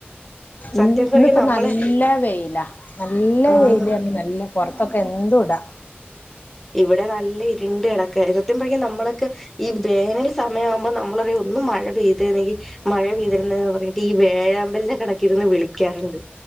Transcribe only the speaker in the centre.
സത്യം
പറഞ്ഞ നമ്മളെ
ആഹ്
ഇവിടെ നല്ല ഇരുണ്ട് ഇടക്ക സത്യം പറഞ്ഞ നമ്മളൊക്കെ ഈ വേനൽ സമയം ആവുമ്പോൾ നമ്മളറിയ ഒന്ന് മഴ പെയ്തരുന്നെങ്കിൽ മഴ പെയ്തിരുന്നന്ന് പറഞ്ഞിട്ട് ഈ വേഴാമ്പലിന്റെ കണക്കിരുന്ന് വിളിക്കാറുണ്ട്